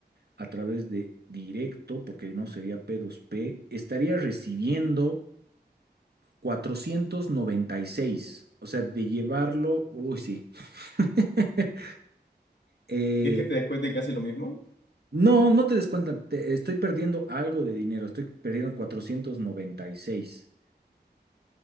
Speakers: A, on the right; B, on the left.
A: a través de directo, porque no sería P2P, estaría recibiendo cuatrocientos noventa y seis, O sea, de llevarlo, uy, sí. <laughs> Eh,
B: ¿Y es que te descuenten casi lo mismo?
A: no, no te des cuenta, te- estoy perdiendo algo de dinero, estoy perdiendo 496.